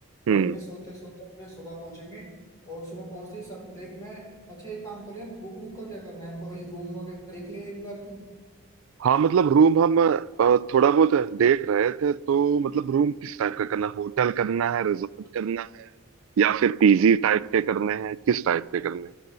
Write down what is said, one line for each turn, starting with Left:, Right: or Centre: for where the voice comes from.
Left: ट्रेन
Right: हम्म।
Left: में सोते सोते अपने सुबह पहुंचेंगे और सुबह पहुंचते ही सब देख मैं अच्छा एक काम कर यार बुक बुक का क्या करना है कोई रूम वगैरह देख ले एक बार तुम
Right: हाँ मतलब रूम हम अ, थोड़ा बहुत देख रहे थे तो मतलब रूम किस टाइप का करना होटल करना है रिजॉर्ट करना है या फिर पीजी टाइप के करने हैं किस टाइप के करने हैं